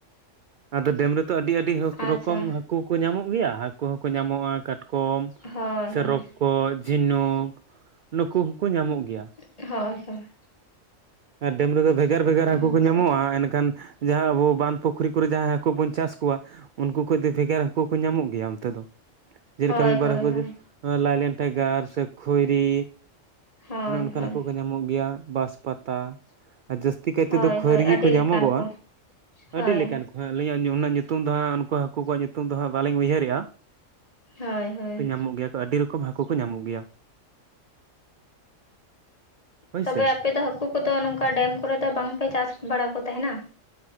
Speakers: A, on the right; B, on the left.
A: ᱟᱫᱚ ᱰᱮᱢ ᱨᱮ ᱛᱚ ᱟᱹᱰᱤ ᱟᱹᱰᱤ
B: ᱟᱪᱪᱷᱟ
A: ᱨᱚᱠᱚᱢ ᱦᱟᱹᱠᱩ ᱦᱟᱹᱠᱩ ᱠᱚ ᱧᱟᱢᱚᱜ ᱜᱮᱭᱟ ᱦᱟᱹᱠᱩ ᱦᱚᱸ ᱠᱚ ᱧᱟᱢᱚᱜᱼᱟ᱾ ᱠᱟᱴᱠᱚᱢ
B: ᱦᱳᱭ
A: ᱥᱮ
B: ᱦᱳᱭ
A: ᱨᱚ ᱠᱚ ᱡᱷᱤᱱᱩᱠ ᱱᱩᱠᱩ ᱦᱚᱸ ᱠᱚ ᱧᱟᱢᱚᱜ ᱜᱮᱭᱟ᱾
B: ᱦᱳᱭ ᱦᱳᱭ᱾
A: ᱦᱮᱸ ᱰᱮᱢ ᱨᱮᱫᱚ ᱵᱷᱮᱜᱟᱨ-ᱵᱷᱮᱜᱟᱨ ᱦᱟᱹᱠᱩ
B: ᱟᱪᱪᱷᱟ
A: ᱠᱚ ᱧᱟᱢᱚᱜᱼᱟ ᱮᱱᱠᱷᱟᱱ ᱡᱟᱦᱟᱸ ᱟᱵᱚ ᱵᱟᱸᱫᱷ ᱯᱩᱠᱷᱨᱤ ᱠᱚᱨᱮ ᱡᱟᱦᱟᱸ ᱦᱟᱹᱠᱩ ᱵᱚᱱ ᱪᱟᱥ ᱠᱚᱣᱟ, ᱩᱱᱠᱩ ᱠᱷᱚᱡ ᱫᱚ ᱵᱷᱮᱜᱟᱨ ᱦᱟᱹᱠᱩ ᱠᱚ ᱧᱟᱢᱚᱜ ᱜᱮᱭᱟ ᱚᱱᱛᱮ ᱫᱚ, ᱡᱮᱞᱮᱠᱟ
B: ᱦᱳᱭ
A: ᱢᱤᱫ ᱵᱟᱨ
B: ᱦᱳᱭ
A: ᱦᱟᱹᱠᱩ
B: ᱦᱳᱭ
A: ᱫᱚ ᱮᱸ ᱞᱟᱭᱞᱮᱱ ᱴᱟᱭᱜᱟᱨ ᱥᱮ ᱠᱷᱩᱭᱨᱤ
B: ᱦᱳᱭ
A: ᱚᱱᱮ ᱚᱱᱠᱟᱱ
B: ᱦᱳᱭ
A: ᱦᱟᱹᱠᱩ ᱠᱚ ᱧᱟᱢᱚᱜ ᱜᱮᱭᱟ, ᱵᱟᱥ ᱯᱟᱛᱟ ᱡᱟᱹᱥ- ᱛᱤ ᱠᱟᱭᱛᱮ
B: ᱦᱳᱭ
A: ᱫᱚ ᱠᱷᱩᱭᱨᱤ
B: ᱦᱳᱭ
A: ᱜᱮ
B: ᱟᱹᱰᱤ
A: ᱠᱚ ᱧᱟᱢᱚᱜᱚᱜᱼᱟ,
B: ᱞᱮᱠᱟᱱ ᱠᱚ ᱦᱳᱭ
A: ᱟᱹᱰᱤ ᱞᱮᱠᱟᱱ ᱠᱚ᱾ ᱦᱮᱸ ᱟᱹᱞᱤᱧ ᱟᱹᱧᱩ ᱩᱱᱟᱹᱜ ᱧᱩᱛᱩᱢ ᱫᱚ ᱦᱟᱸᱜ ᱩᱱᱠᱩ ᱦᱟᱹᱠᱩ ᱠᱚᱣᱟᱜ ᱧᱩᱛᱩᱢ ᱫᱚ ᱦᱟᱸᱜ ᱵᱟᱹᱞᱤᱧ ᱩᱭᱦᱟᱹᱨᱮᱜᱼᱟ᱾
B: ᱦᱳᱭ ᱦᱳᱭ
A: ᱛᱮ ᱧᱟᱢᱚᱜ ᱜᱮᱭᱟ ᱠᱚ ᱟᱹᱰᱤ ᱨᱚᱠᱚᱢ ᱦᱟᱹᱠᱩ ᱠᱚ ᱧᱟᱢᱚᱜ ᱜᱮᱭᱟ᱾ ᱦᱳᱭᱥᱮ
B: ᱛᱚᱵᱮ ᱟᱯᱮ ᱫᱚ ᱦᱟ. ᱠᱩ ᱠᱚᱫᱚ ᱱᱚᱝᱠᱟ ᱰᱮᱢ ᱠᱚᱨᱮ ᱫᱚ ᱵᱟᱝ ᱯᱮ ᱪᱟᱥᱠ ᱵᱟᱲᱟ ᱠᱚ ᱛᱟᱦᱮᱸᱱᱟ?